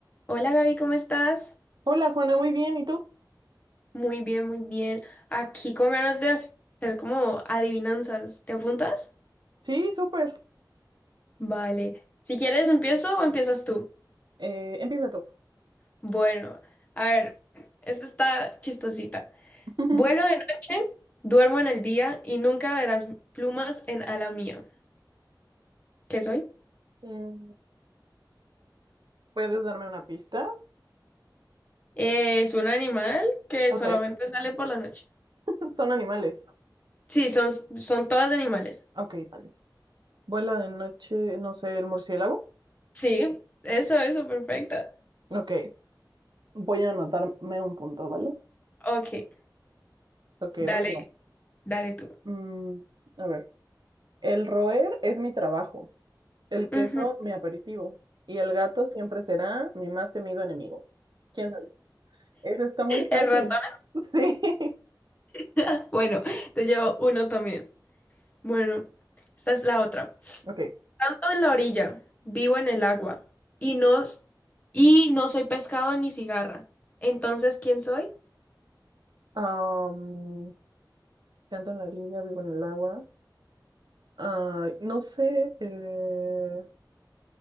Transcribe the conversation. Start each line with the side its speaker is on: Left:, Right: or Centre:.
Left: Hola Gaby, ¿cómo estás?
Right: Hola Juana, muy bien. ¿Y tú?
Left: Muy bien, muy bien. Aquí con ganas de hacer como adivinanzas. ¿Te apuntas?
Right: Sí, súper.
Left: Vale. Si quieres, empiezo o empiezas tú.
Right: Eh, empieza tú.
Left: Bueno, a ver, esta está chistosita.
Right: <laughs>
Left: Vuelo de noche, duermo en el día y nunca verás plumas en ala mía. ¿Qué soy?
Right: Mm, ¿Puedes darme una pista?
Left: Es un animal que
Right: Ok.
Left: solamente sale por la noche.
Right: <laughs> Son animales.
Left: Sí, son, son todas de animales.
Right: Ok, vale. Vuela de noche, no sé, el murciélago.
Left: Sí, eso, eso, perfecta.
Right: Ok. Voy a anotarme un punto, ¿vale?
Left: Ok,
Right: Ok,
Left: dale,
Right: voy yo.
Left: dale tú.
Right: Mm, a ver. El roer es mi trabajo, el queso
Left: Ujú, ujú.
Right: mi aperitivo y el gato siempre será mi más temido enemigo. ¿Quién sabe? Eso está muy fácil.
Left: El ratón.
Right: <laughs> Sí.
Left: <laughs> Bueno, te llevo uno también. Bueno, esta es la otra.
Right: Ok.
Left: Tanto en la orilla, vivo en el agua, y no, s- y no soy pescado ni cigarra. Entonces, ¿quién soy?
Right: Am, canto en la orilla, vivo en el agua. Ah, no sé, eh,